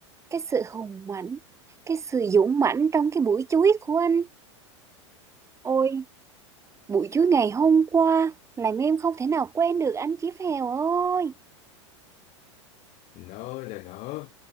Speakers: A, on the right (about 20°); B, on the left (about 50°).
A: cái sự hùng mạnh cái sự dũng mãnh trong cái buổi chuối của anh ôi buổi chuối ngày hôm qua làm em không thể nào quên được anh Chí Phèo ơi
B: Nỡ là nỡ.